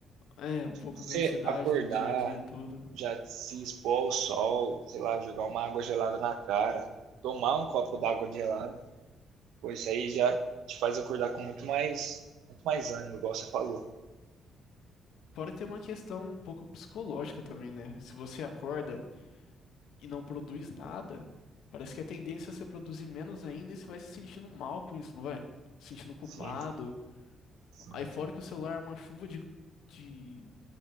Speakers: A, on the left; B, on the right.
A: É, um pouco
B: Você
A: da ansiedade
B: acordar,
A: do dia a dia, tudo.
B: já se expor ao sol, sei lá, jogar uma água gelada na cara, tomar um copo d'água gelada, pô, isso aí já te faz acordar com muito mais, muito mais ânimo, igual você falou.
A: Fora que tem uma questão um pouco psicológica também, né? Se você acorda. e não produz nada, parece que a tendência é você produzir menos ainda e você vai se sentindo mal com isso, não vai? Se sentindo culpado.
B: Sim, sim.
A: Aí fora que o celular é uma chuva de, de